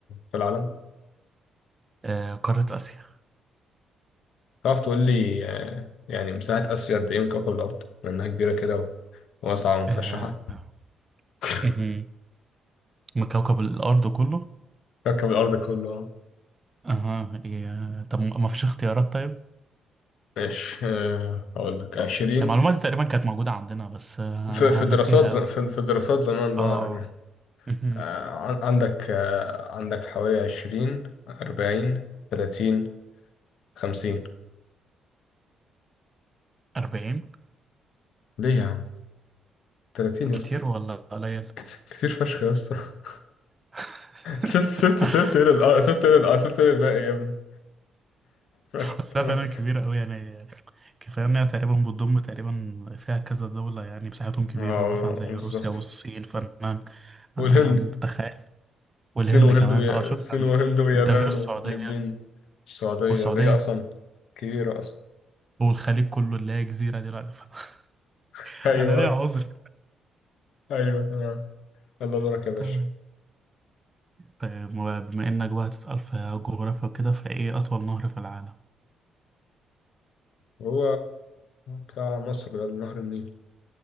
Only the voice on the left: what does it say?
في العالم
تعرف تقول لي آه، يعني مساحة آسيا قد ايه من كوكب الأرض لأنها كبيرة كده وواسعة ومفشحة
<laughs>
كوكب الأرض كله
ماشي آه، هقول لك عشرين
في
في
دراسات ز...
في في دراسات زمان بقى
يعني
آه، عن- عندك آه، عندك حوالي عشرين أربعين تلاتين خمسين
ليه يا عم تلاتين يا
اسطى
كت- كتير فشخ يا اسطى <laughs>
سبت سبت سبت ايه لل- اه سبت ايه لل- اه سبت ايه الباقي يا ابني <laughs> ماشي،
تمام
اه
بالظبط
والهند
الصين وهند
ويا...
الصين
وهند ويابان
وفلبين السعودية
دي أصلا كبيرة أصلا
<laughs> أيوه
أيوه تمام يلا دورك يا باشا
هو بتاع مصر ده نهر النيل